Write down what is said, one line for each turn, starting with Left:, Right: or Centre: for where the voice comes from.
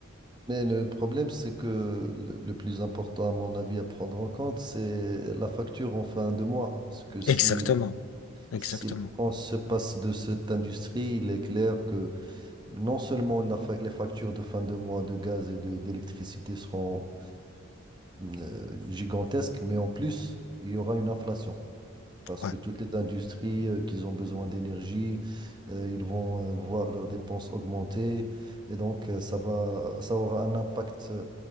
Right: Mais le problème, c'est que le, le plus important, à mon avis, à prendre en compte, c'est la facture en fin de mois. Parce que si
Left: Exactement.
Right: la,
Left: Exactement.
Right: si la France se passe de cette industrie, il est clair que Non seulement la fa- les factures de fin de mois de gaz et de d'électricité seront euh, gigantesques, mais en plus, il y aura une inflation. Parce
Left: Ouais.
Right: que toutes les industries euh, qui ont besoin d'énergie, euh, ils vont euh, voir leurs dépenses augmenter. Et donc, euh, ça va, ça aura un impact euh,